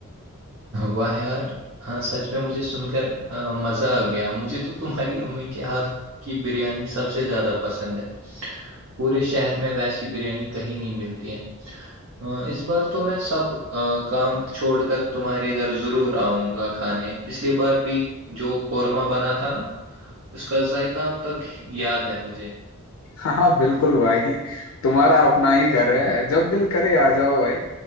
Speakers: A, on the right; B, on the left.
A: وہ یار ہاں سچ میں مجھے سن کر مزہ آ گیا مجھے تو تمہاری امی کے ہاتھ کی بریانی سب سے زیادہ پسند ہے پورے شہر میں ویسی بریانی کہیں نہیں ملتی ہے ا اس بار تو میں سب کام چھوڑ تمہارے گھر ضرور آؤں گا کھانے پچھلی بار بھی جو قورمہ بنا تھا نا اس کا ذائقہ اب تک یاد ہے مجھے
B: ہاں بالکل بھائی تمہارا اپنا ہی گھر ہے جب دل کرے آ جاؤ بھائی